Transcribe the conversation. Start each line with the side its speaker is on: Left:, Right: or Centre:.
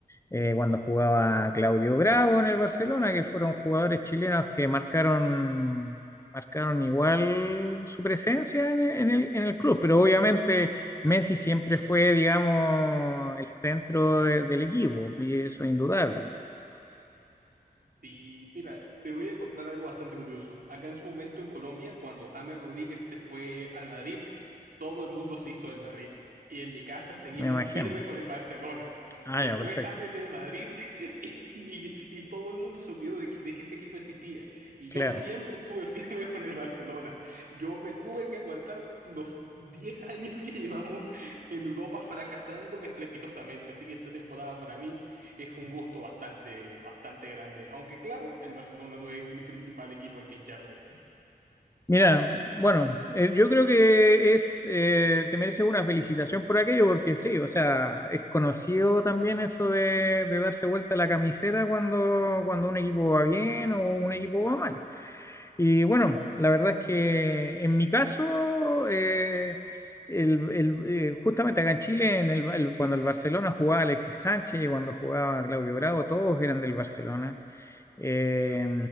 Left: eh, cuando jugaba Claudio Bravo en el Barcelona, que fueron jugadores chilenos que marcaron, marcaron igual su presencia en, en el, en el club, pero obviamente Messi siempre fue, digamos, el centro de- del equipo, y eso es indudable,
Right: Sí, mira, te voy a contar algo bastante curioso. Acá en su momento en Colombia, cuando James Rodríguez se fue al Madrid, todo el mundo se hizo del Madrid. Y en mi casa seguimos
Left: me imagino.
Right: firme con el Barcelona.
Left: Ah,
Right: Se
Left: ya,
Right: fue
Left: perfecto,
Right: James del Madrid <laughs> y, y- y todo el mundo se olvidó de, que- de que ese equipo existía. Y
Left: claro.
Right: yo siempre estuve firme <laughs> con el Barcelona. Yo me tuve que aguantar los 10 años que llevamos en Europa fracasando estrepitosamente. Así que esta temporada para mí es un gusto bastante, bastante grande. Aunque claro, el Barcelona no es mi principal equipo al que hincharle.
Left: Mira, bueno, eh, yo creo que es, eh, te mereces una felicitación por aquello, porque sí, o sea, es conocido también eso de, de darse vuelta la camiseta cuando, cuando un equipo va bien o un equipo va mal. Y bueno, la verdad es que en mi caso, eh, el, el, eh, justamente acá en Chile, en el, el- cuando el Barcelona jugaba Alexis Sánchez y cuando jugaba Claudio Bravo, todos eran del Barcelona. Eh,